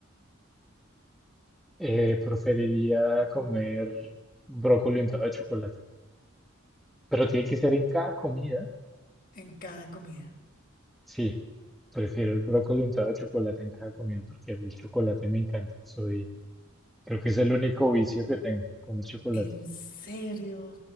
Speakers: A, in the centre; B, on the left.
A: Eh, preferiría comer brócoli untado de chocolate. Pero tiene que ser en cada comida.
B: en cada comida?
A: Sí, prefiero el brócoli untado de chocolate en cada comida porque a mí el chocolate me encanta. Soy, creo que es el único vicio que tengo, comer chocolate.
B: ¿En serio?